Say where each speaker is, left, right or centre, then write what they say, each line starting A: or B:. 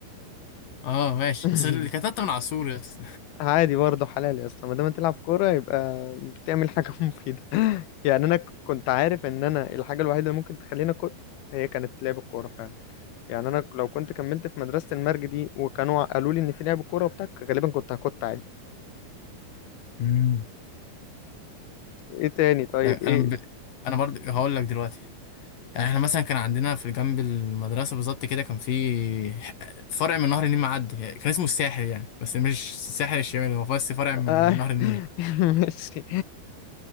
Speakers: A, on the left; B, on the left.
A: <laughs> اه ماشي
B: <laughs>
A: بس اللي كتت من على السور يس
B: عادي برضه حلال يا اسطى ما دام تلعب كوره يبقى بتعمل حاجه <laughs> مفيده يعني انا ك- كنت عارف ان انا الحاجه الوحيده اللي ممكن تخليني كنت هي كانت لعب الكوره فعلا يعني انا لو كنت كملت في مدرسه المرج دي وكانوا قالوا لي ان في لعب كوره وبتاع غالبا كنت هكت عادي.
A: مم.
B: ايه تاني طيب
A: لا،
B: ايه
A: انا ب... انا برضه هقول لك دلوقتي يعني احنا مثلا كان عندنا في جنب المدرسه بالظبط كده كان في فرع من نهر النيل معدي يعني كان اسمه الساحل يعني بس مش الساحل الشمالي هو بس فرع من
B: آه،
A: من نهر النيل
B: <laughs> ماشي